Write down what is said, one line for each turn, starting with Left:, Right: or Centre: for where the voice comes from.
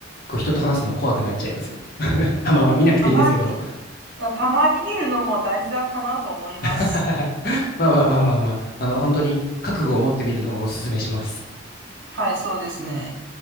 Left: こう人と話すの怖くなっちゃいますよ。<laughs> あまあまあ見なくていいんですけど。
Right: ー、たまに、たまに見るのも大事だかなと思います。
Left: <laughs> まあまあまあまあまあ、あの、本当に覚悟を持ってみるのをお勧めします。
Right: はい、そうですね。